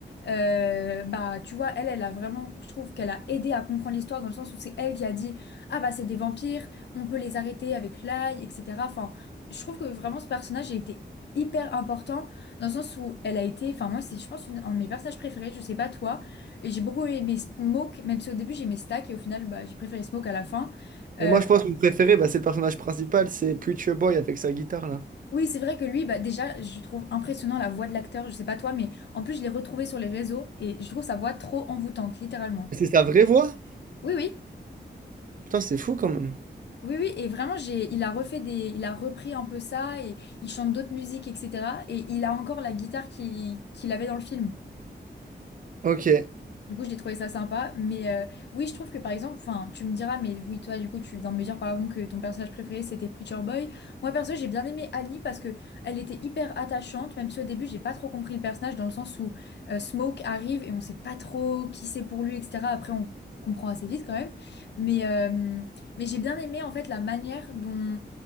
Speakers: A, on the left; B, on the right.
A: Euh, bah, tu vois, elle, elle a vraiment, je trouve qu'elle a aidé à comprendre l'histoire dans le sens où c'est elle qui a dit. Ah bah c'est des vampires, on peut les arrêter avec l'ail, etc. Enfin, je trouve que vraiment ce personnage a été hyper important dans le sens où elle a été, enfin moi c'est je pense une- un de mes personnages préférés, je sais pas toi, et j'ai beaucoup aimé Smoke, même si au début j'aimais Stack et au final bah, j'ai préféré Smoke à la fin.
B: Mais
A: Euh,
B: moi, je pense que mon préféré, bah, c'est le personnage principal, c'est Preacher Boy avec sa guitare là.
A: oui c'est vrai que lui, bah déjà je trouve impressionnant la voix de l'acteur, je sais pas toi, mais en plus je l'ai retrouvé sur les réseaux et je trouve sa voix trop envoûtante, littéralement.
B: C'est sa vraie voix?
A: Oui oui.
B: Putain, c'est fou quand même.
A: Oui, oui, et vraiment, j'ai, il a refait des, il a repris un peu ça et il chante d'autres musiques, etc. Et il a encore la guitare qui- qu'il avait dans le film.
B: Ok.
A: Du coup, j'ai trouvé ça sympa. Mais euh, oui, je trouve que par exemple, enfin, tu me diras, mais oui, toi, du coup, tu viens de me dire par exemple que ton personnage préféré c'était Preacher Boy. Moi, perso, j'ai bien aimé Annie parce que elle était hyper attachante, même si au début, j'ai pas trop compris le personnage dans le sens où euh, Smoke arrive et on sait pas trop qui c'est pour lui, etc. Après, on comprend assez vite quand même. Mais, euh, mais j'ai bien aimé en fait la manière dont